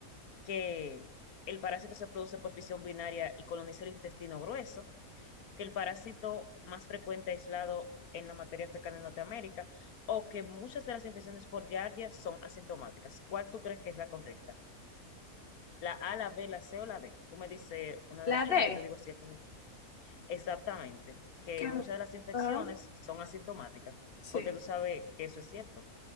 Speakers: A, on the left; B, on the left.
A: que el parásito se produce por fisión binaria y coloniza el intestino grueso que el parásito más frecuente aislado en la materia fecal en Norteamérica o que muchas de las infecciones por Giardia son asintomáticas. ¿Cuál tú crees que es la correcta? ¿La A, la B, la C o la D? Tú me dices una
B: La
A: de las opciones,
B: D.
A: y yo te digo si es correcta. Exactamente, que
B: que-
A: muchas de las infecciones
B: Ajá,
A: son asintomáticas,
B: sí.
A: porque tú sabes que eso es cierto.